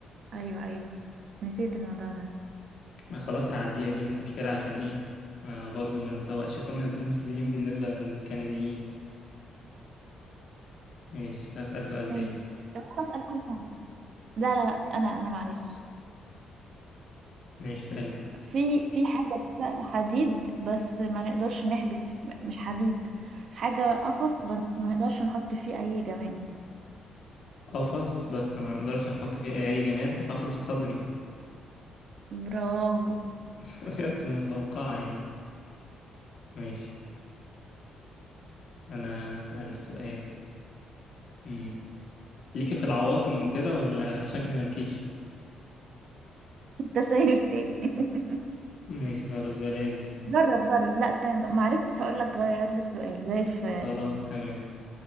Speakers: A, on the right; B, on the left.
A: ايوه ايوه نسيت الموضوع ده
B: ما خلاص هعديها دي مش مشكلة عشان ايه ما برضو ما نسوقش سمعة <laughs> المصريين بالنسبة للكنديين ماشي هسأل سؤال تاني
A: ماشي طب انا اسال حاجه ثانيه لا لا لا انا انا معلش
B: ماشي اسألي
A: في في حاجه كده حديد بس ما نقدرش نحبس م- مش حديد حاجه قفص بس ما نقدرش نحط فيه اي جماد
B: قفص بس ما نقدرش نحط فيه اي أي جماد القفص الصدري
A: برافو
B: <laughs> اصل متوقعة يعني ماشي انا هسأل سؤال مم. ليكي في العواصم وكده ولا شكل مالكيش
A: انت شايف ايه <laughs>
B: ماشي خلاص بلاش دي
A: جرب جرب لا تاني بقى. ما عرفتش هقول لك غير لي السؤال زي في
B: خلاص تمام